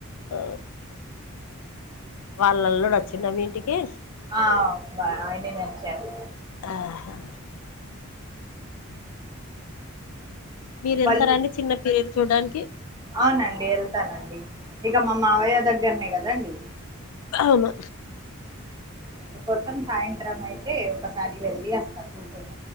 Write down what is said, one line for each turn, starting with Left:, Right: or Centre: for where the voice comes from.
Left: మ్ వాళ్ళల్లుడు వచ్చిండ మీ ఇంటికి.
Right: ఆ ఆయ్నినే వచ్చారు
Left: ఆహా మీరు
Right: వాళ్ళు
Left: ఎళ్తారా అండి చిన్న పేర్లు చూడ్డానికి
Right: అవునండి వెళ్తానండి ఇగ మా మావయ్య దగ్గరనే కదండి
Left: అవును
Right: అందుకోసం సాయంత్రం అయితే ఒకసారి వెళ్ళి వస్తా కూర్చున్న